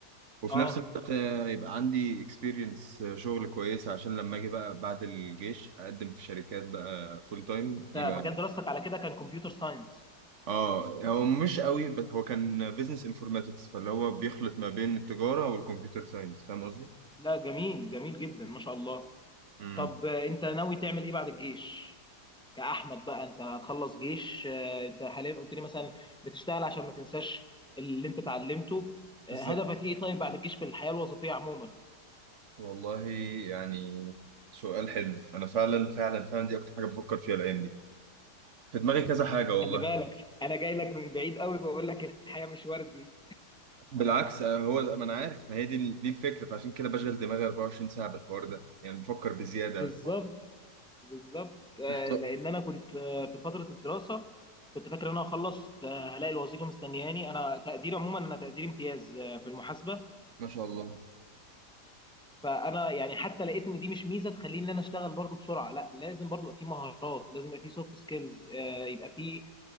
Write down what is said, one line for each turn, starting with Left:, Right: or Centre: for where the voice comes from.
Right: وفي
Centre: اه
Right: نفس الوقت آه، يبقى عندي اكسبيرينس شغل كويسة عشان لما اجي بقى بعد الجيش اقدم في شركات بقى فول تايم
Centre: انت
Right: يبقى
Centre: مجال دراستك على كده كان كمبيوتر ساينس
Right: اه هو مش قوي بس هو كان بيزنس انفورماتكس فاللي هو بيخلط ما بين التجارة والكمبيوتر ساينس فاهم قصدي؟
Centre: لا جميل جميل جدا ما شاء الله
Right: امم
Centre: طب انت ناوي تعمل ايه بعد الجيش كأحمد بقى انت هتخلص جيش آه، انت حاليا قلت لي مثلا بتشتغل عشان ما تنساش اللي انت اتعلمته آه،
Right: بالظبط
Centre: هدفك ايه طيب بعد الجيش في الحياة الوظيفية عموما
Right: والله يعني سؤال حلو انا فعلا فعلا فعلا دي اكتر حاجة بفكر فيها الايام دي في دماغي كذا حاجة والله
Centre: خلي بالك انا جاي لك من بعيد قوي بقول لك الحياة مش وردي
Right: بالعكس آه، هو ده- ما انا عارف ما هي دي دي الفكرة فعشان كده بشغل دماغي 24 ساعة بالحوار ده يعني بفكر بزيادة
Centre: بالظبط بالظبط آه،
Right: محتار
Centre: لان انا كنت آه، في فترة الدراسة كنت فاكر ان انا خلصت هلاقي الوظيفة مستنياني انا تقديري عموما انا تقديري امتياز آه، في المحاسبة
Right: ما شاء الله
Centre: فانا يعني حتى لقيت ان دي مش ميزه تخليني ان انا اشتغل برضو بسرعه لا لازم برضو يبقى في مهارات لازم يبقى في سوفت سكيلز يبقى في